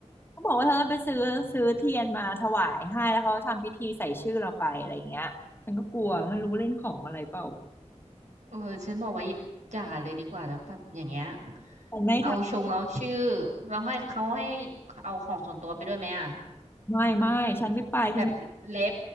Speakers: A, on the left; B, on the right.
A: เขาบอกว่าเธอไปซื้อซื้อเทียนมาถวายให้แล้วเขาทำพิธีใส่ชื่อเราไปอะไรอย่างเงี้ยฉันก็กลัวไม่รู้เล่นของอะไรเปล่า
B: เออฉันบอกว่าอย่าเลยดีกว่าแล้วแบบอย่างเงี้ย
A: ฉันไม่ท
B: เอาชงเอาชื่อเราให้เขาให้เอาของส่วนตัวไปด้วยไหมอ่ะ
A: ำไม่ไม่ฉันไม่ไปฉันไม่
B: แบบเล็บ